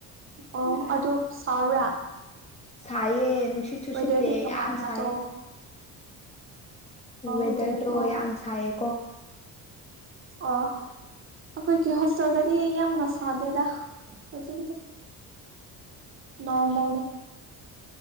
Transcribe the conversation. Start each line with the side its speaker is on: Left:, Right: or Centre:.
Right: ꯑꯣ ꯑꯗꯨ ꯁꯕ꯭ꯔꯥ
Left: ꯁꯥꯏꯌꯦ ꯅꯨꯡꯁꯤꯠꯁꯨ
Right: ꯋꯦꯗꯔꯗꯤ
Left: ꯁꯤꯠꯇꯦ
Right: ꯀꯃꯥꯏꯅ
Left: ꯌꯥꯝ ꯁꯥꯏꯌꯦ
Right: ꯇꯣ
Left: ꯋꯦꯗꯔꯗꯣ
Right: ꯋꯦꯗꯔ ꯑꯣ
Left: ꯌꯥꯝ ꯁꯥꯏꯌꯦꯀꯣ
Right: ꯑꯣ ꯑꯈꯣꯏꯒꯤ ꯍꯣꯁꯇꯦꯜꯗꯗꯤ ꯌꯥꯝꯅ ꯁꯥꯗꯦꯗ ꯍꯧꯖꯤꯛꯗꯤ ꯅꯣꯔꯃꯜꯅꯦ